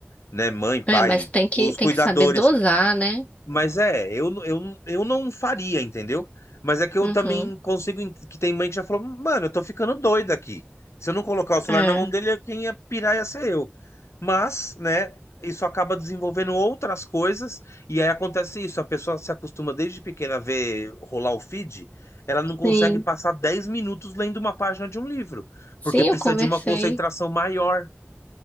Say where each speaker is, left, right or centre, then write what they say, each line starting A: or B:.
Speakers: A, on the left; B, on the left.
A: né, mãe, pai,
B: É, mas tem que,
A: os
B: tem
A: cuidadores
B: que saber dosar, né?
A: mas é, eu, eu, eu não faria, entendeu? Mas é que eu
B: Uhum.
A: também consigo. ent- Que tem mãe que já falou, mano, eu tô ficando doida aqui. Se eu não colocar o celular
B: É,
A: na mão dele, quem ia pirar ia ser eu. Mas, né, isso acaba desenvolvendo outras coisas. E aí acontece isso: a pessoa se acostuma desde pequena a ver rolar o feed, ela não consegue
B: sim.
A: passar 10 minutos lendo uma página de um livro,
B: Sim,
A: porque precisa
B: eu conversei.
A: de uma concentração maior.